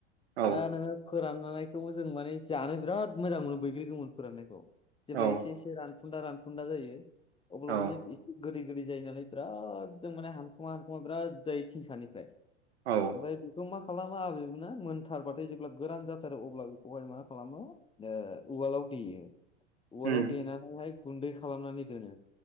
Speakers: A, on the right (about 65°); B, on the left (about 15°).
A: औ
B: दा नोङो फोराननायखौ जों माने जानो बिराद मोजां मोनो बैग्रि गोमोन फोराननायखौ‌। जेब्ला
A: औ
B: एसे से एसे रानफुन्दा रानफुन्दा जायो अब्ला
A: औ
B: मान एसे गोदै गोदै जायोनालाय बिराद जों माने हानखुमा हानखुमा बिराद जायो थिंसानिफ्राय।
A: औ।
B: ओमफ्राय बेखौ मा खालामोना आबैमोना मोनथारबाथाय जेब्ला गोरान जाथारो अब्ला बेखौहाय मा खालामो ओ उवालाव देयो उआलाव
A: उम
B: देनानैहाय गुन्दै खालामनानै दोनो